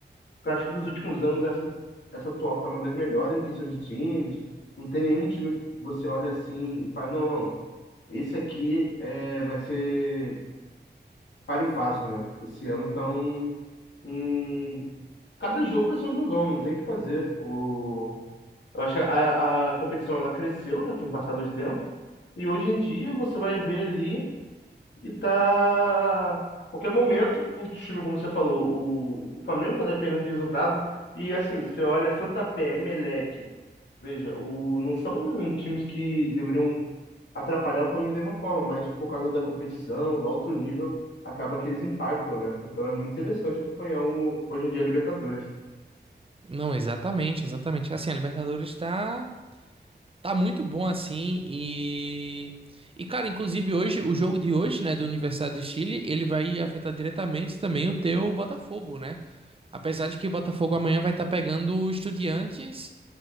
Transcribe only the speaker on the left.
Eu acho que dos últimos anos, essa, essa atual tá uma das melhores em questão de times. Não tem nenhum time que você olha assim e fala, não, não, esse aqui é, vai ser páreo fácil, né? Esse ano tá um, um- Cada jogo vai ser um jogão, não tem o que fazer. O... Eu acho que a, a competição ela cresceu já com o passar dos tempos. E hoje em dia você vai ver ali e tá. Qualquer momento, um time, como você falou, o, o Flamengo tá dependendo de resultado. E assim, você olha Santa Fé, Emelec. Veja, o, não são times que deveriam atrapalhar o Flamengo de nenhuma forma, mas por causa da competição, do alto nível, acaba que eles impactam, né? Então é muito interessante acompanhar o, hoje em dia a Libertadores.